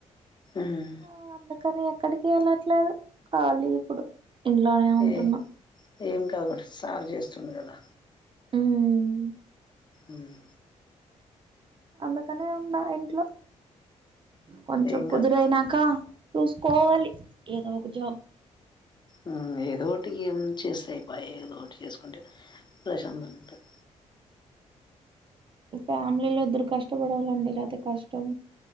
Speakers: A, on the left; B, on the right.
A: ఉమ్
B: ఆ అందుకని ఎక్కడికి వెళ్ళట్లేదు కాలీ ఇప్పుడు ఇంట్లోనే ఉంటున్న
A: ఏ ఏం కాదుబట్ సార్ చేస్తుండు కదా
B: ఉమ్
A: ఉమ్
B: అందుకనే ఉన్నా ఇంట్లో కొంచెం
A: ఏం
B: కుదురైనక
A: కాదు.
B: చూసుకోవాలి ఏదో ఒక జాబ్
A: ఆ ఏదో ఒకటి ఏం చేస్తాయి పా ఏదో ఒకటి చేసుకుంటే ప్రశాంతంగ ఉంటది
B: ఫ్యామిలీలో ఇద్దరు కష్టపడలండి లేపోతే కష్టం